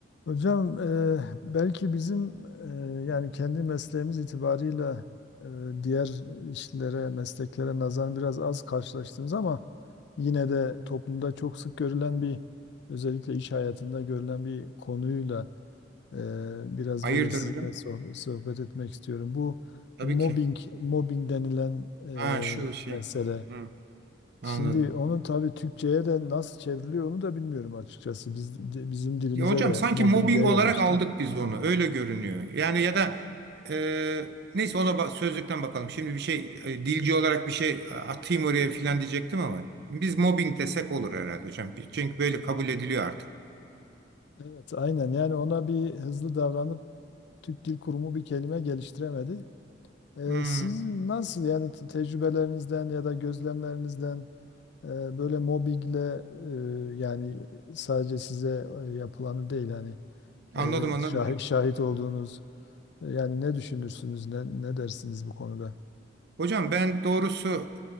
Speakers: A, on the left; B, on the right.
A: Hocam e, belki bizim e, yani kendi mesleğimiz itibarıyla e, diğer işlere, mesleklere nazaran biraz az karşılaştığımız ama yine de toplumda çok sık görülen bir özellikle iş hayatında görülen bir konuyla e, biraz
B: Hayırdır
A: böyle sizinle
B: hocam?
A: sohb- sohbet etmek istiyorum. Bu
B: Tabii
A: mobbing,
B: ki.
A: mobbing denilen
B: Ha şu
A: e,
B: şey.
A: mesele.
B: Hı, anladım.
A: Şimdi onu tabii Türkçe'ye de nasıl çevriliyor onu da bilmiyorum açıkçası. Biz, di- bizim dilimize
B: Ya hocam
A: de
B: sanki
A: mobbing
B: mobbing
A: diye yerleşti.
B: olarak aldık biz onu. Öyle görünüyor. Yani ya da e, neyse ona ba- sözlükten bakalım. Şimdi bir şey e, dilci olarak bir şey e, atayım oraya filan diyecektim ama biz mobbing desek olur herhalde hocam. Çünkü böyle kabul ediliyor artık.
A: Evet, aynen. Yani ona bir hızlı davranıp Türk Dil Kurumu bir kelime geliştiremedi. Ee,
B: Hı,
A: siz nasıl yani te- tecrübelerinizden ya da gözlemlerinizden e, böyle mobbingle e, yani sadece size e, yapılanı değil hani
B: anladım anladım
A: e, şahit
B: hocam.
A: şahit olduğunuz e, yani ne düşünürsünüz ne, ne dersiniz bu konuda?
B: Hocam ben doğrusu